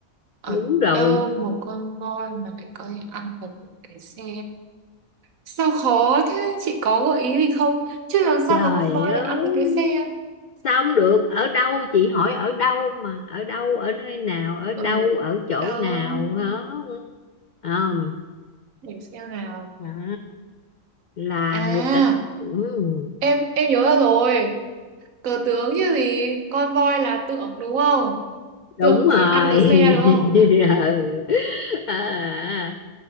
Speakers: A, on the right; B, on the left.
A: ở
B: đúng rồi
A: đâu một con voi mà lại có thể ăn được một cái xe sao khó thế chị có gợi ý gì không chứ làm sao
B: trời
A: mà con voi
B: ơi
A: lại ăn được cái xe
B: sao không được ở đâu chị hỏi ở đâu mà ở đâu ở nơi nào ở
A: ở
B: đâu ở chỗ
A: đâu
B: nào hả Không.
A: để xem nào
B: À, là
A: à
B: người ta ừ,
A: em em nhớ ra rồi cờ tướng chứ gì con voi là tượng đúng không
B: đúng
A: tượng thì
B: rồi
A: ăn được xe đúng không
B: <laughs> ừ. à,